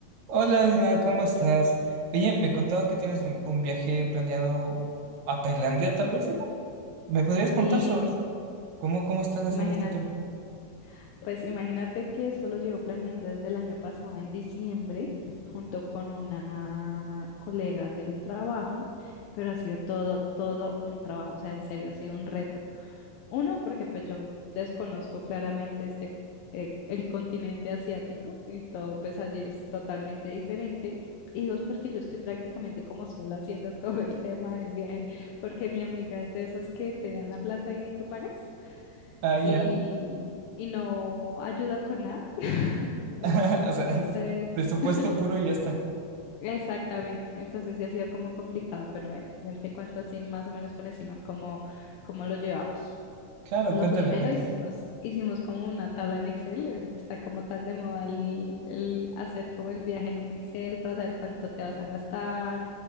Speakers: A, on the right (about 75°); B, on the left (about 85°).
A: Hola, Dina, ¿cómo estás? Oye, me contaban que tienes un, un viaje planeado a Tailandia, tal vez era. ¿Me podrías
B: Sí,
A: contar sobre eso? ¿Cómo, cómo estás haciendo
B: imagínate,
A: este tema?
B: pues imagínate que eso lo llevo planeando desde el año pasado en diciembre, junto con una colega del trabajo, pero ha sido todo, todo un trabajo, o sea, en serio, ha sido un reto. Uno, porque pues yo desconozco claramente este, eh, el continente asiático y todo pues allí es totalmente diferente. Y dos, porque yo estoy prácticamente como sola haciendo <laughs> todo el tema del viaje, porque mi amiga es de esas que te dan la plata y tú pagas.
A: Ah, ya.
B: y, y no ayuda con nada. Entonces,
A: <laughs> O sea, presupuesto
B: <laughs>
A: puro y ya está.
B: exactamente. Entonces sí ha sido como complicado, pero bueno, ven, te cuento así más o menos por encima cómo, cómo lo llevamos.
A: Claro,
B: Lo
A: cuéntame,
B: primero
A: cuéntame.
B: hicimos, hicimos como una tabla en Excel, eso que está como tan de moda el, el hacer como el viaje en un Excel para saber cuánto te vas a gastar,